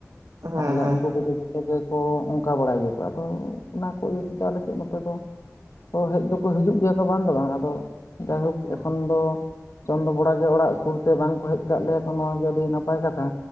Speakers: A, on the right; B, on the left.
A: ᱦᱮᱸ
B: ᱛᱟᱦᱚᱞᱮ
A: ᱦᱮᱸ
B: ᱩᱱᱠᱩ ᱠᱚᱫᱚ ᱡᱷᱚᱛ ᱜᱮ ᱠᱚ ᱚᱱᱠᱟ ᱵᱟᱲᱟᱭ ᱜᱮᱭᱟ ᱠᱚ, ᱟᱫᱚ ᱚᱱᱟ ᱠᱚ ᱤᱭᱟᱹ ᱛᱮᱫᱚ ᱟᱞᱮᱥᱮᱫ ᱱᱚᱛᱮ ᱫᱚ ᱦᱮᱡ ᱫᱚᱠᱚ ᱦᱤᱡᱩᱜ ᱜᱮᱭᱟ ᱠᱚ ᱵᱟᱝ ᱫᱚ ᱵᱟᱝ, ᱟᱫᱚ ᱡᱟᱭᱦᱳᱠ
A: ᱦᱮᱸ
B: ᱮᱠᱷᱚᱱ ᱫᱚ ᱪᱚᱱᱫᱚ ᱵᱳᱲᱟ ᱜᱮ ᱚᱲᱟᱜ ᱥᱩᱨᱛᱮ ᱵᱟᱝᱠᱚ ᱦᱮᱡ ᱠᱟᱜ ᱞᱮᱭᱟᱠᱚ ᱱᱚᱣᱟ ᱜᱮ, ᱟᱹᱰᱤ ᱱᱟᱯᱟᱭ ᱠᱟᱛᱷᱟ